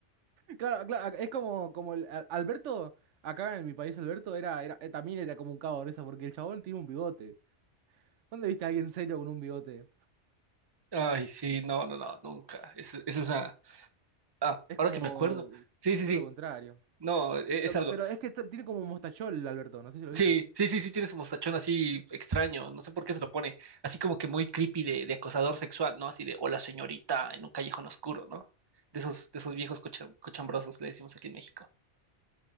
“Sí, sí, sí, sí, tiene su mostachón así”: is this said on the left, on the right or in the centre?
Right